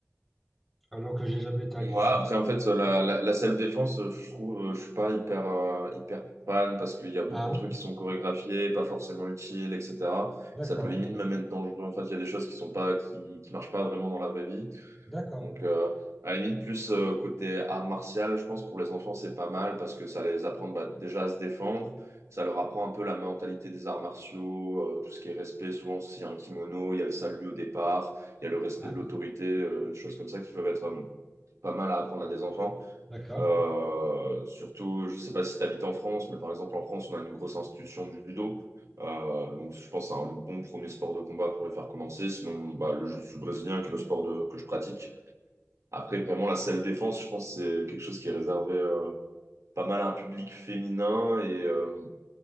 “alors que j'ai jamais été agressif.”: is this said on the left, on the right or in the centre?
Centre